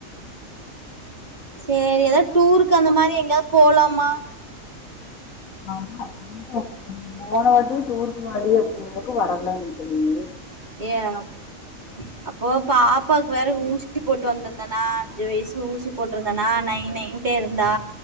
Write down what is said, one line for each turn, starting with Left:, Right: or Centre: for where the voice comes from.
Right: சேரி ஏதாது டூருக்கு அந்த மாரி எங்கயாது போலாமா
Left: ஆமா ரொம்ப போனவாட்டியே டூருக்கு வாடி அப்டின்னதுக்கு வரலன்ட்ட நீயி
Right: ஏ அப் அப்போ பாப்பாக்கு வேற ஊ சி போட்டு வந்திருந்தேனா அஞ்சு வயசு ஊசி போட்ருந்தேனா நை நைன்ட்டே இருந்தா